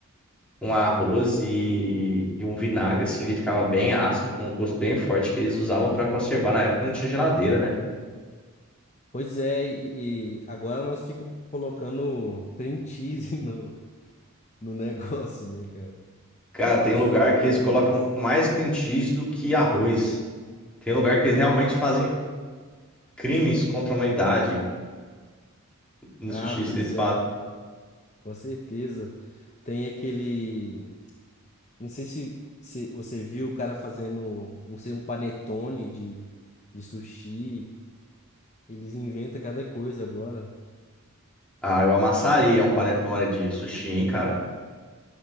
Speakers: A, in the centre; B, on the left.
A: com arroz e, e um vinagre, assim. Ele ficava bem ácido, com um gosto bem forte que eles usavam para conservar. Na época não tinha geladeira, né?
B: Pois é, e, e agora nós ficamos colocando cream cheese <laughs> no, no negócio, né, cara?
A: Cara, tem
B: E
A: lugar
B: fritando
A: que eles colocam
B: eles.
A: mais cream cheese do que arroz. Tem lugar que eles realmente fazem crimes contra a humanidade. no
B: Ah,
A: sushi
B: pois
A: que eles falam.
B: é, com certeza. Tem aquele. Não sei se se você viu o cara fazendo um, sei, um panetone de, de sushi. Eles inventam cada coisa agora.
A: Ah, eu amassaria um panetone de sushi, hein, cara.